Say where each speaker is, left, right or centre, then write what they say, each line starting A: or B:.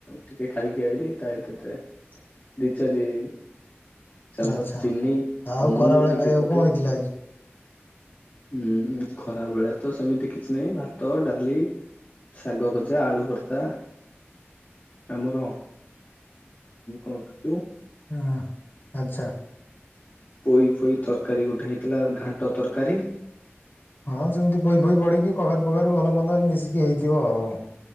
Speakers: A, on the left; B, on the left.
A: ଟିକେ ଖାଇକି ଆଇଲି ତା ଦି ଚାରି ଚାମଚ୍
B: ଆଚ୍ଛା।
A: ଚିନି
B: ଆଉ
A: ଅମୁଲୁ
B: ଖରାବେଳେ
A: ଟିକେ
B: ଖାଇବାକୁ
A: ପକେଇ
B: କଣ ହେଇଥିଲା ଆଜି?
A: ହୁଁ ଖରା ବେକେ ତ ସେମିତି କିଛି ନାହିଁ ଭାତ ଡାଲି ଶାଗ ଭଜା ଆଳୁ ଭର୍ତା ଆମର କଁ ଲୁ
B: ହୁଁ ଆଚ୍ଛା।
A: ପୋଇ ଫୋଇ ତରକାରୀ ଗୋଟେ ହେଇଥିଲା ଘାଣ୍ଟ ତର୍କାରୀ।
B: ହଁ ସେମିତି ପୋଇ ଫୋଇ ପଢିକି କଖାରୁ ପଖାରୁ ଭଲ ମନ୍ଦ ମିଶିକି ହେଇଥିବ ଆଉ।